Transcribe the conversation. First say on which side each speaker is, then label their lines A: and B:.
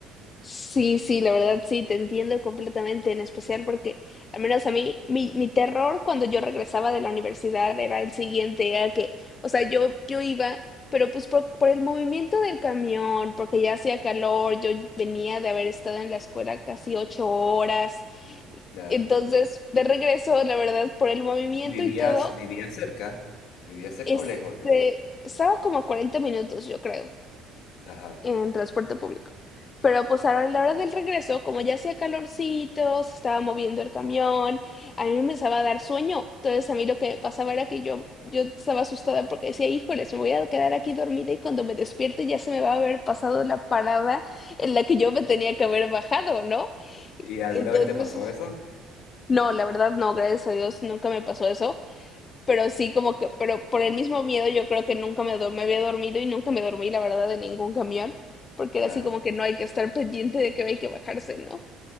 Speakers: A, on the left (about 35°); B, on the left (about 70°).
A: Sí, sí, la verdad sí, te entiendo completamente, en especial porque al menos a mí, mi, mi terror cuando yo regresaba de la universidad era el siguiente, era que, o sea, yo, yo iba, pero pues por, por el movimiento del camión, porque ya hacía calor, yo venía de haber estado en la escuela casi ocho horas,
B: Claro.
A: entonces de regreso, la verdad, por el movimiento
B: ¿Y vivías,
A: y todo,
B: vivías cerca? ¿Vivías cerca
A: este,
B: o lejos de tu casa?
A: estaba como a 40 minutos, yo creo
B: Ajá.
A: en transporte público. Pero pues ahora a la hora del regreso, como ya hacía calorcito, se estaba moviendo el camión, a mí me empezaba a dar sueño. Entonces a mí lo que pasaba era que yo, yo estaba asustada porque decía, híjoles, me voy a quedar aquí dormida y cuando me despierte ya se me va a haber pasado la parada en la que yo me tenía que haber bajado, ¿no?
B: ¿Y alguna
A: Entonces,
B: vez te pasó eso?
A: no, la verdad no, gracias a Dios nunca me pasó eso pero sí como que, pero por el mismo miedo yo creo que nunca me, do- me había dormido y nunca me dormí, la verdad, de ningún camión, porque
B: Claro.
A: era así como que no hay que estar pendiente de que hay que bajarse, ¿no?